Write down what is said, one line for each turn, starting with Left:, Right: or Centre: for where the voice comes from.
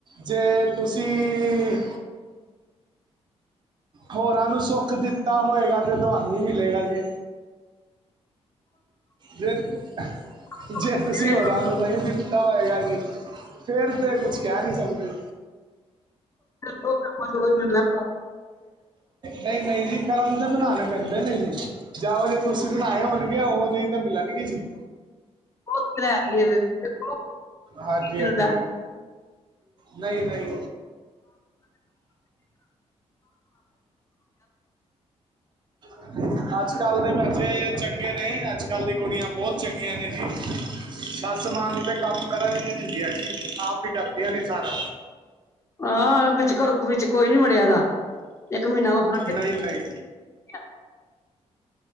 Right: ਜੇ ਤੁਸੀਂ ਹੋਰਾਂ ਨੂੰ ਸੋਖ ਦਿੱਤਾ ਹੋਏਗਾ ਤੇ ਤੁਹਾਨੂੰ ਵੀ ਮਿਲੇਗਾ ਜੀ। ਜ--ਜੇ
Left: ਜਿਵੇਂ
Right: ਤੁਸੀਂ ਹੋਰਾਂ
Left: ਸਭ
Right: ਨੂੰ ਨ‌ਈ ਦਿੱਤਾ ਹੋਏਗਾ ਜੀ, ਫੇਰ ਤੇ ਕੁਛ ਕਹਿ ਨਹੀਂ ਸਕਦੇ।
Left: ਲੋਕ ਮਨ ਰ ਨ
Right: ਨ‌ਈ, ਨ‌ਈ ਜੀ ਕਰਮ ਤੇ ਬਨਾਨੇ ਪੈਂਦੇ ਨੇ ਜੀ ਜਾਓ ਜੇ ਤੁਸੀਂ ਬਨਾਏ ਹੋਨ ਗੇ, ਉਹੋ ਜਿਹੀ ਤੇ ਮਿਲਨਗੇ ਜੀ।
Left: <unintelligible>
Right: ਹਾਂਜੀ,
Left: ਕੀ ਮਿਲਦਾ
Right: ਹਾਂਜੀ। ਨ‌ਈ, ਨ‌ਈ <unintelligible> ਅੱਜ-ਕੱਲ ਦੇ ਬੈਚੇ ਚੰਗੇ ਨੇ, ਅੱਜ ਕੱਲ ਦੀ ਕੁੜੀਆਂ ਬੌਤ ਚੰਗੀਆਂ ਨੇ ਜੀ। ਸੱਸ-ਮਾਂ ਨੂੰ ਤੇ ਕੰਮ ਕਰਨ ਹੀ ਨੀ ਦਿੰਦੀਆਂ ਜੀ। ਆਪ ਹੀ ਕਰਦੀਆਂ ਨੇ ਸਾਰਾ
Left: ਹਾਂ, ਵਿੱਚ ਘਰੋਂ ਵਿੱਚ ਕੋਈ ਨੀ ਵੜਿਆ ਏਦਾ ਇੱਕ ਮਹੀਨਾ ਮਖਾਗੇ
Right: ਨ‌ਈ, ਨ‌ਈ
Left: <unintelligible>